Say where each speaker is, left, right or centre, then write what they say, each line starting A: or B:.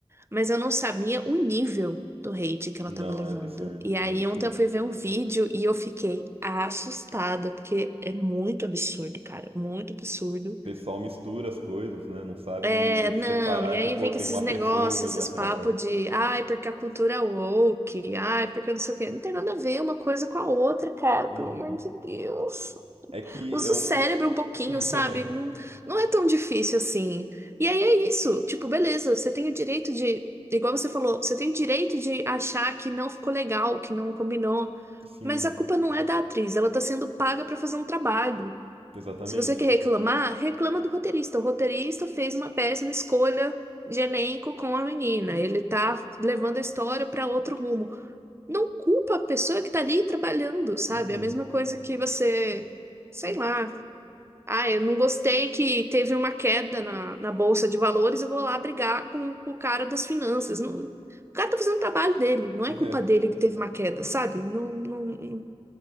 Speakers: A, on the right; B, on the right.
A: mas eu não sabia o nível do hate que ela
B: Não,
A: tava levando.
B: é absurdo,
A: E aí
B: é absurdo.
A: ontem eu fui ver um vídeo e eu fiquei assustada, porque é muito absurdo, cara, muito absurdo.
B: O pessoal mistura as coisas, né? Não sabe
A: É, não,
B: separar
A: e aí
B: que, pô,
A: vem
B: tem
A: com esses
B: uma
A: negócios,
B: pessoa ali
A: esses
B: atrás.
A: papos de, ai, porque a cultura é woke, ai, porque não sei o quê. Não tem nada a ver uma coisa com a outra, cara,
B: Uhum.
A: pelo amor de Deus.
B: É que
A: Usa
B: eu.
A: o cérebro um pouquinho,
B: <laughs>
A: sabe? Não, não é tão difícil assim. E aí é isso. Tipo, beleza, você tem o direito de. Igual você falou, você tem o direito de achar que não ficou legal, que não combinou.
B: Sim,
A: Mas a culpa não é da atriz, ela tá sendo paga pra fazer um trabalho.
B: exatamente.
A: Se você quer reclamar, reclama do roteirista. O roteirista fez uma péssima escolha de elenco com a menina. Ele tá levando a história pra outro rumo. Não culpa a pessoa que tá ali trabalhando, sabe?
B: Uhum.
A: É a mesma coisa que você. Sei lá. Ah, eu não gostei que teve uma queda na, na bolsa de valores, eu vou lá brigar com, com o cara das finanças. Não- o cara tá fazendo o trabalho dele, não é
B: <laughs>
A: culpa dele
B: É,
A: que teve uma queda, sabe? Não, não,